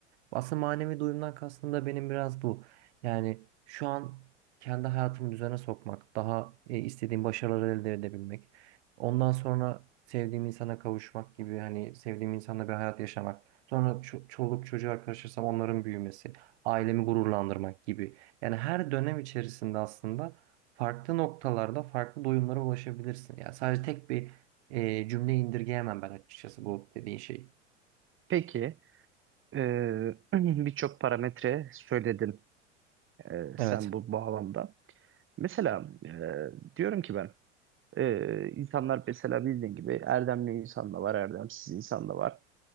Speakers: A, on the right; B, on the right.
A: Aslında manevi doyumdan kastım da benim biraz bu. Yani şu an kendi hayatımı düzene sokmak, daha e, istediğim başarıları elde edebilmek, ondan sonra sevdiğim insana kavuşmak gibi hani sevdiğim insanla bir hayat yaşamak. Sonra ço- çoluk çocuğa karışırsam onların büyümesi ailemi gururlandırmak gibi. Yani her dönem içerisinde aslında farklı noktalarda farklı doyumlara ulaşabilirsin. Yani sadece tek bir e, cümle indirgeyemem ben açıkçası bu dediğin şeyi.
B: Peki e, <clears throat> birçok parametre söyledin e,
A: Evet.
B: sen bu bağlamda. Mesela e, diyorum ki ben Ee, insanlar mesela bildiğin gibi erdemli insan da var, erdemsiz insan da var.